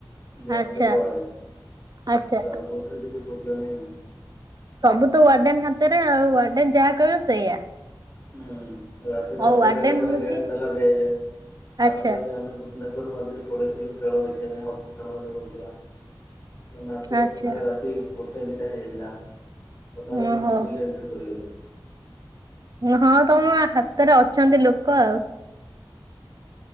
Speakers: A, on the left; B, on the right.
A: ଯିଏ ହଷ୍ଟେଲ
B: ଆଚ୍ଛା
A: ୱାଡେନ
B: ଆଚ୍ଛା।
A: ତା କତିରେ କିଛି ପ୍ରୋବ୍ଲେମ ହିଁ ନାହିଁ।
B: ସବୁ ତ ୱାର୍ଡେନ୍ ହାତରେ ଆଉ। ୱାର୍ଡେନ୍ ଯାହା କହିବ ସେଇଆ।
A: ହୁଁ। ରାତି ଦଶଟା
B: ଆଉ ୱାର୍ଡେନ
A: ଏଗାରଟା ପରେ
B: ହଉଛି
A: ଗେଟ୍ ତାଲା ଦିଆଯାଏ। ତାପରେ
B: ଆଚ୍ଛା
A: ବି ଆମେ ଭୁବନେଶ୍ୱର ମଝିରେ ପଳେଇଥିଲୁ ଖେଳ ଦେଖିବା ପାଇଁ ହକି ଖେଳ ଯୋଉ ହଉଥିଲା। ସେଦିନ ଆସୁ ଆସୁ
B: ଆଚ୍ଛା
A: ପୁରା ରାତି ଗୋଟେ ଦିଟା ହେଇଯାଇଥିଲା। ତଥାପି
B: ଓହୋ।
A: ଆମେ ହଷ୍ଟେଲ ରେ ଏଣ୍ଟ୍ରି କରିଗଲୁ।
B: ହଁ ତମ ହାତରେ ଅଛନ୍ତି ଲୋକ ଆଉ।